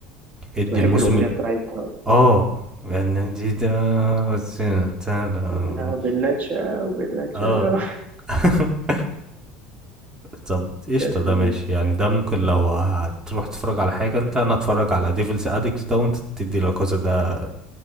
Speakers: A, on the right; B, on the right.
A: كنت
B: ادي
A: بحب
B: الموسم
A: الاغنيه
B: ال...
A: بتاعتها <coughs> أصلاً.
B: اه يعني دي ده سنة- سنة-
A: <laughs> آه، بلا تشاو بلا تشاو
B: اه <laughs> طب قشطة
A: يا لذيذ
B: ده ماشي يعني ده ممكن لو هتروح تتفرج على حاجة انت انا اتفرج على ديفلز اديكت ده وانت تدي لاكازا ده